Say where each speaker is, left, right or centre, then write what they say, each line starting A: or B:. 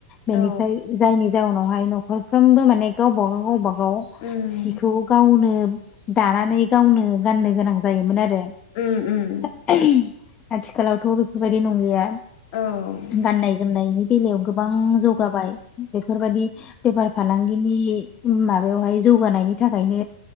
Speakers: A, on the left; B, on the left.
A: बेनिफ्राय
B: औ
A: जायनि जाउनावहाय नखरफ्रोमबो माने गावबा-गाव गावबा-गाव
B: उम
A: सिखौ गावनो दानानै गावनो गाननो गोनां जायोमोन आरो।
B: उम उम
A: <unintelligible> आथिखालावथ' बेफोरबायदि नंलिया
B: औ।
A: गाननाय जोमनायनि बेलायाव गोबां जौगाबाय बेफोरबादि बेफार फालांगिनि माबायावहाय जौगानायनि थाखायनो